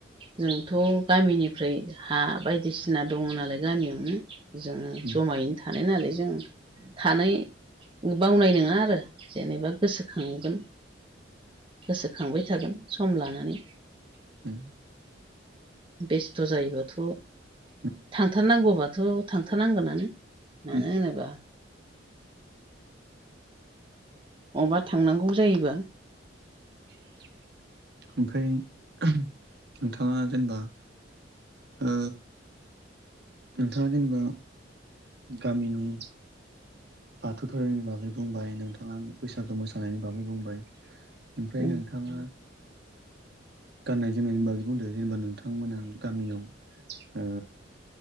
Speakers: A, on the right (about 25°); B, on the right (about 60°).
A: जोंथ गामिनि ओमफ्राय हा बायदिसिना दंङ नालाय गामियावनो जोंङो
B: उम
A: जमायैनो थानाय नालाय जों थानाय बावनाय नंङा आरो जेनेबा गोसोखांगोन गोसोखांबाय थागोन सम लानानै
B: उम
A: बेस्थ जायोबाथ
B: उम
A: थांथारनांगौबाथ थांथारनांगोनानो मानो
B: उम
A: होनोबा बबा थांनांगौ जायोबा
B: <unintelligible> ओमफ्राय नोंथांङा जेनेबा ओ नोंथांङा जेनेबा गामिनि बाथौ धोरोमनि बागै बुंबाय नोंथांङा बैसागो मोसानायनि बागै बुंबाय ओमफ्राय
A: उम
B: नोंथांङा गाननाय जोमनायनि बागै बुंदों जेनेबा नोंथांमोनहा गामियाव